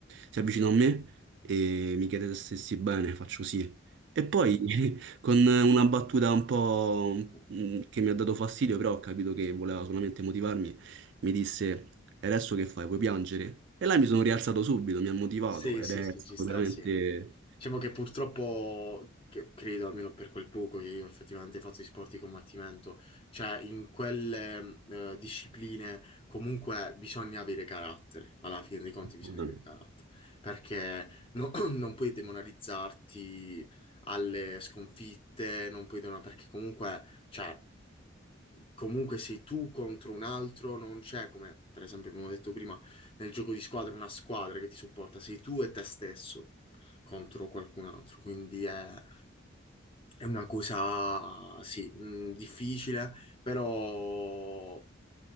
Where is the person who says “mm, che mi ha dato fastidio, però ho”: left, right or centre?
Right